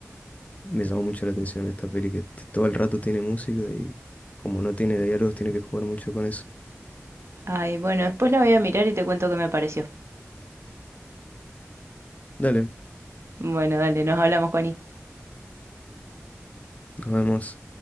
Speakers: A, on the left (about 30°); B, on the right (about 60°).
A: me llamó mucho la atención esta peli que t- todo el rato tiene música y como no tiene diálogos tiene que jugar mucho con eso.
B: Ay, bueno, después la voy a mirar y te cuento qué me pareció.
A: Dale,
B: Bueno, dale, nos hablamos, Juani.
A: nos vemos.